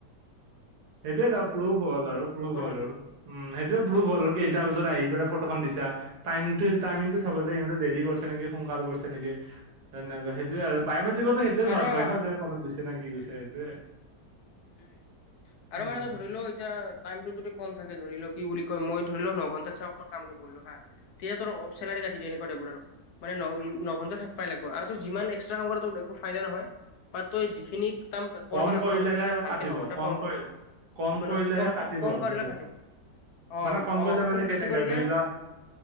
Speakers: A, on the right; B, on the left.
A: সেইটোৱেটো প্ৰুফ হ'ল আৰু প্ৰুফ হ'ল
B: লাগে।
A: আৰু উম সেইটোয়ে প্ৰুফ হ'ল আৰু, কেইটা
B: উম উম
A: বজাত আহি পেলাই ফটোখন দিছা টাইমটো টাইমিংটো চাব দেই ইহঁতে দেৰি কৰিছে নেকি, সোনকাল কৰিছে নেকি তেনেকুৱা সেইটোয়ে আৰু বায়মেট্ৰিকতো সেইটোৱে ধৰত
B: আৰু
A: পাৰি ন যে ক'ৰবাত গৈছে নে কি গৈছে সেইটোৱে
B: উম আৰু
A: উম
B: মানে ধৰিলও এতিয়া টাইমটো যদি কম থাকে ধৰি লোও কি বুলি কয় মই ধৰি লোও ন ঘন্টাত চাই অকমান কাম কৰিবলো হা তেতিয়া তোৰ অফ চেলাৰী কাটি দিয় এনেকুৱ টাইপৰ আৰু। মানে ন নঘন্টা থাক পাই লাগিব আৰু তই যিমান এক্সট্ৰা কাম কৰা একো ফাইদা নহয় বা তই যিখিনি কাম কৰবা
A: কম
B: লাগিব
A: কৰিলেহে
B: নহয় সেইখিনি কাম ভালকে
A: কাটিব
B: নঘন্টা
A: কম
B: <unintelligible>
A: কৰি কম
B: মানে
A: কৰিলেহে
B: কম
A: কাটিব
B: কম
A: সেনেকে
B: কাৰলে <unintelligible> অ
A: মানে কম
B: অ
A: কৰিলে
B: ফুল
A: মানে
B: বেছি
A: কেনেকে
B: কৰিলে
A: ধৰি লোৱা